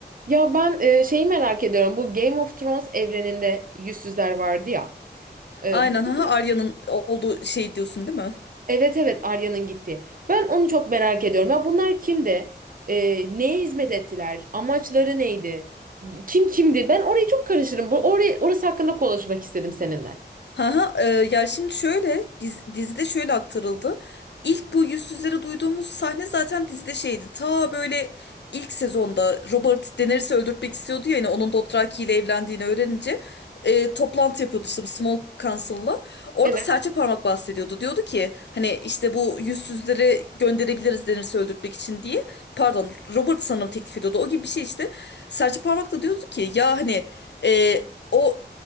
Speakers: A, on the right; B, on the left.
A: Ya ben e, şeyi merak ediyorum. Bu Game of Thrones evreninde yüzsüzler vardı ya. E,
B: Aynen
A: bunlar,
B: ha Arya'nın olduğu şey diyorsun değil mi?
A: evet evet Arya'nın gitti. Ben onu çok merak ediyorum. Ya bunlar kimdi? E, neye hizmet ettiler? Amaçları neydi? Kim kimdi? Ben orayı çok karışırım. Bu orayı, orası hakkında konuşmak istedim seninle.
B: Ha ha e, ya şimdi şöyle diz, dizide şöyle aktarıldı. İlk bu yüzsüzleri duyduğumuz sahne zaten dizide şeydi. Ta böyle ilk sezonda Robert Daenerys'i öldürtmek istiyordu ya yani onun Dothraki ile evlendiğini öğrenince e, toplantı yapıyordu işte bu Small Council'la. Orada
A: Evet.
B: serçe parmak bahsediyordu. Diyordu ki hani işte bu yüzsüzleri gönderebiliriz Daenerys'i öldürtmek için diye. Pardon Robert sanırım teklif ediyordu. O gibi bir şey işte. Serçe parmak da diyordu ki ya hani e, o